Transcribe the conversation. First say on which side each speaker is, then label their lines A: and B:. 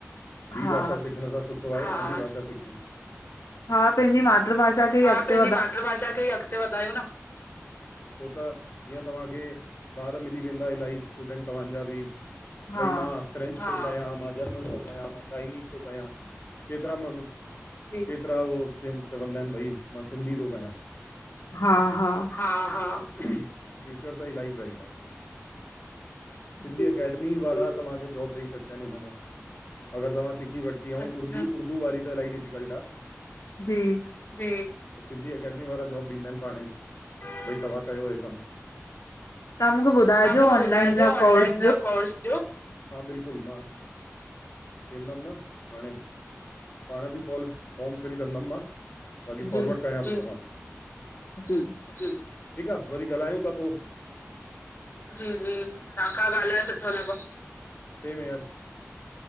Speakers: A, on the left; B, on the left.
A: ॿी
B: हा
A: भाषा सिखण सां सुठो आ पांजी भाषा सिखियूं।
B: हा पंहिंजी मातृभाषा खे ई
A: हा
B: अॻिते
A: पंहिंजी मातृभाषा खे ई अॻते वधायो न। छो त हीअं तव्हांखे ॿार मिली वेंदा इलाही स्टूडेंट तव्हांजा बि
B: वधायो हा
A: भई मां फ्रेंच थो कया, मां जर्मन थो कया, मां चाइनीज़ थो कया केतरा म केतरा उ चवंदा आहिन, भई मां सिंधी थो कयां।
B: हा-हा
A: हा, हा, फ्यूचर ताइ इलाही ब्राइट, सिन्धी
B: जी
A: एकेडमी मी वारा तव्हांखे जॉब ॾेई सघंदा आहिन हिन में, अगर तव्हां सिखी वठिती उर्दू वारी त इलाही डिफिकल्ट आ।
B: जी
A: जी, सिंधी अकेडमी वारा जॉब ॾींदा आहिन पाण ई तव्हां कयो हे कम
B: तव्हां मूंखे ॿुधाइजो
A: तव्हां मुखे
B: ऑनलाइन
A: ॿुधाइजो ऑनलाइन
B: कोर्स
A: ज कोर्स जो हा, बिल्कुल मां वेंदम न हाणे पाण बि फॉल फॉम फिल कंदम मां बाक़ी फॉरवड
B: जी
A: करयास थो तव्हांखे।
B: जी
A: जी, ठीक आ वरी ॻाल्हायूं था पो जी-जी तव्हां खां ॻाल्हाए सुठो लॻो, सेम हियर